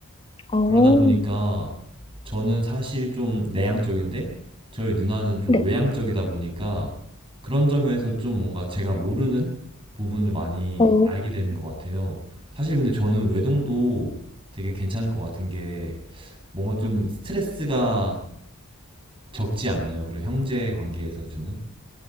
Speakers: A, on the left (about 25°); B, on the right (about 25°).
A: 어,
B: 그러다 보니까 저는 사실 좀 내향적인데 저희 누나는 좀
A: 네.
B: 외향적이다 보니까 그런 점에서 좀 뭔가 제가 모르는 부분을 많이
A: 오,
B: 알게 되는 것 같아요. 사실 근데 저는 외동도 되게 괜찮을 것 같은 게 뭔가 좀 스트레스가 적지 않나요? 그리고 형제 관계에서 주는?